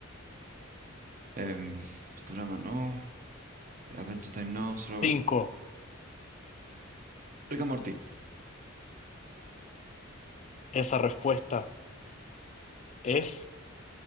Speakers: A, on the right (about 40°); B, on the left (about 35°).
A: em, Futurama, no. Adventure Time, no. Solo...
B: Cinco.
A: Rick and Morty.
B: Esa respuesta es